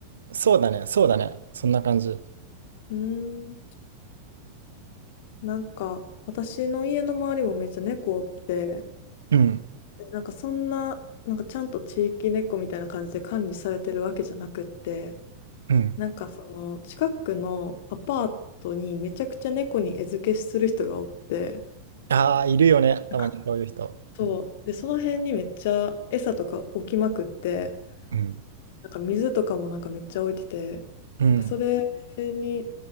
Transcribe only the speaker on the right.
そうだね、そうだね、そんな感じ。
うん
うん。
ああ、いるよね。
たまにそういう人。
うん。
うん。
うん。